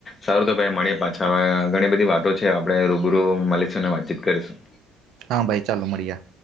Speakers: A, on the left; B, on the right.
A: સારું તો ભાઈ મળીએ પાછા હવે ઘણી બધી વાતો છે આપડે રૂબરૂ મળીશુને વાતચીત કરીશું.
B: હા ભાઈ ચાલો મળીયે.